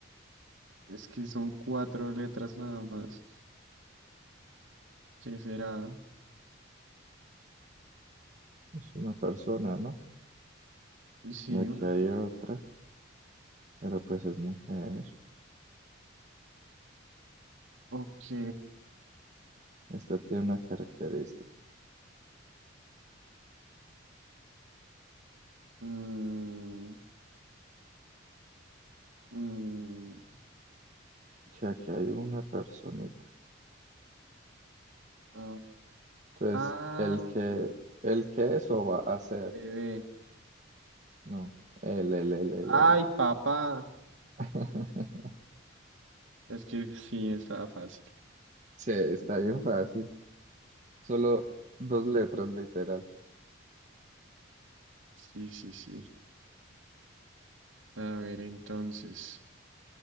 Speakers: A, on the right (about 80°); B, on the right (about 40°).
A: Es que son cuatro letras nada más. ¿Qué será?
B: Es una persona, ¿no?
A: Sí,
B: Y aquí
A: una
B: hay
A: persona.
B: otra, pero pues es mujer.
A: Ok.
B: Este tiene una característica,
A: Mm, mm,
B: que aquí hay una personita.
A: ah,
B: Entonces,
A: ah,
B: el que, el que eso va a hacer,
A: bebé.
B: no, el, el, el, el, el.
A: Ay, papá.
B: <laughs>
A: Es que sí, estaba fácil.
B: Sí, está bien fácil. Solo dos letras, literal.
A: Sí, sí, sí. A ver, entonces.